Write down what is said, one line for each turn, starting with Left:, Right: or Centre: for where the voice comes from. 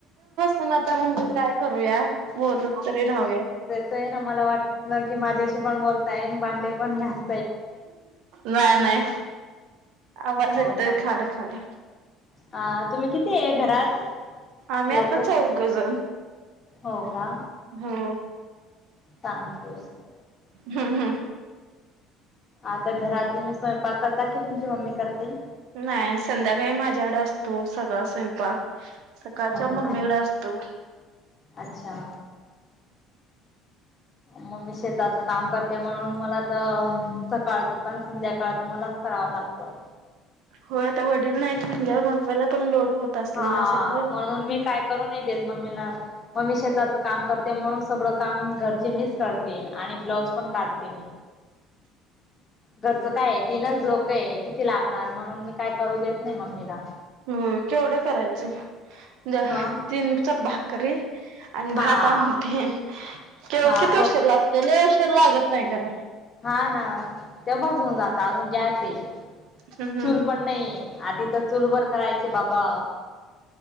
Right: पण आता म्हणतात काय करूया? बोलत तरी राहूया.
Left: तय ना मला वाटलं की माझ्याशी पण बोल ताय अन भांडे पण घास
Right: नाही नाही. आवाज
Left: हो
Right: येतंय
Left: का
Right: खाडं खाड
Left: अ तुम्ही किती आहे घरात
Right: आम्ही आता
Left: लोक
Right: चौघजण.
Left: हो का?
Right: हो
Left: चांगली गोस य
Right: हा हा
Left: आता घरात तुम्ही स्वयंपाक करता कि तुमची मम्मी करते?
Right: नाही संध्याकाळी माझ्याकडे असतो सगळा स्वयंपाक. सकाळच्या
Left: हो
Right: मम्मीकडे
Left: का
Right: असतो.
Left: अच्छा मग मी शेताचं काम कर ते म्हणून मला आता सकाळंच पण संध्याकाळंच मलाच करावं लागतं.
Right: होय आता वडील नाहीत म्हणल्याव मम्मीला पण लोड होत असेल
Left: हा
Right: ना सगळं.
Left: म्हणून मी काय करू नाही देत मम्मीला मम्मी शेताच काम करते म्हणून सगळं काम घरची मीच करते, आणि ब्लाऊज पण काढते मी. घरचं काय आहे तीनच लोक काय किती लागणार म्हणून मी काय करू देत नाही मम्मीला.
Right: होय केवढं <inaudible> द
Left: ह
Right: तीन चप भाकरी आणि भात
Left: हा
Right: आमटी. केव
Left: हा
Right: किती उशीर लागतोय? लय उशीर लागत नाही करा.
Left: हां ना, तेव्हाच होऊन जातं. आजून जाच ते,
Right: हम्म
Left: चूल पण नाइए. आधी त चूलवर करायच् बाबा.